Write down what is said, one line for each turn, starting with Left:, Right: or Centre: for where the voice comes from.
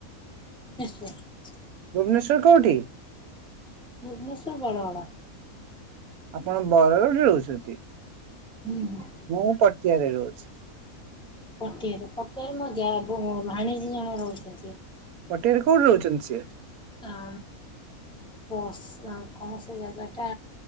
Centre: <unintelligible>
Right: ଭୁବନେଶ୍ୱର କେଉଁଠି?
Centre: ଭୁବନେଶ୍ୱରର ବଡ଼ଗଡ଼।
Right: ଆପଣ ବରଗଡ଼ ରହୁଛନ୍ତି?
Centre: ହୁଁ ହୁଁ।
Right: ମୁଁ ପଟିଆରେ ରହୁଛି।
Centre: ପଟିଆରେ ପଟିଆରେ ମୋ ଯା ଭାଣିଜୀ ଜଣେ ରହୁଛନ୍ତି।
Right: ପଟିଆରେ କୋଉଠି ରହୁଛନ୍ତି ସିଏ?
Centre: ଆ କସ କଣ ସେ ଜାଗାଟା?